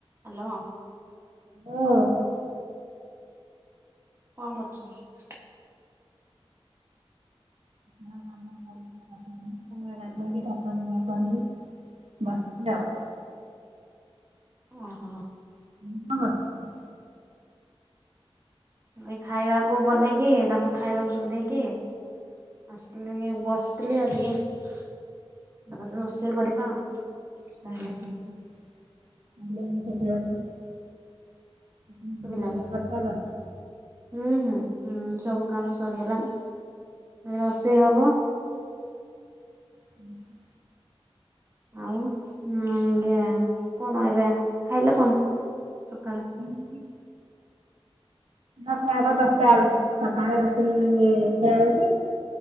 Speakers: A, on the right (about 25°); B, on the right (about 75°).
A: ହ୍ୟାଲୋ।
B: ହଁ।
A: କଣ କରୁଚ।
B: <unintelligible> ଗାଧୋଇ କି ଠାକୁର ପୂଜା କରିବି। ବସିଚି ଆଉ।
A: ଓହୋ।
B: <unintelligible>
A: ଏଇ ଖାଇବାକୁ ବନେଇକି ତାଙ୍କୁ ଖାଇବାକୁ ସବୁ ଦେଇକି ଆସିଲି ବସିଥିଲି ଆଉ ଟିକେ ତାପରେ ରୋଷେଇ କରିବା ଆଉ।
B: <unintelligible>
A: ତାହେଲେ
B: <unintelligible>
A: ଶୁଭିଲାନି ହୁଁ ହୁଁ ହୁଁ ସବୁ କାମ ସରିଗଲାଣି ଏ ରୋଷେଇ ହବ।
B: ହୁଁ
A: ଆଉ ଉଁ ଗା କଣ ଏବେ ଖାଇଲେ କଣ ସକାଳେ।
B: ରୁଟିି। ନା ଖିଆହବ ଦଶଟା ବେଳକୁ ସକାଳେ ରୁଟି ଖିଆଯାଉଚି।